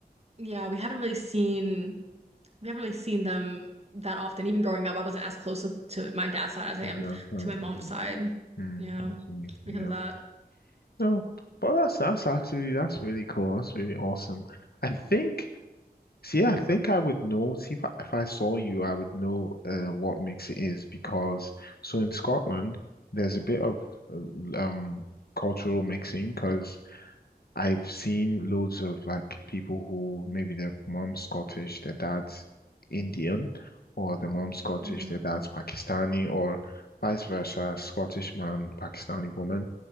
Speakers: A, on the right (about 40°); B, on the left (about 70°).
A: yeah, we haven't really seen we haven't really seen them that often. Even growing up, I wasn't as close to my dad's side as
B: To
A: I am
B: your dad's side.
A: to my mom's
B: Mm.
A: side.
B: Mm.
A: Yeah,
B: I see.
A: because
B: Yeah.
A: of that.
B: No, but that's that's actually that's really cool. That's really awesome. I think, see, I think I would know. See, if I, if I saw you, I would know uh, what mix it is because so in Scotland, there's a bit of uh, um cultural mixing because I've seen loads of like people who maybe their mom's Scottish, their dad's Indian, or their mom's Scottish,
A: Mm-hmm.
B: their dad's Pakistani, or vice versa, Scottish man, Pakistani woman.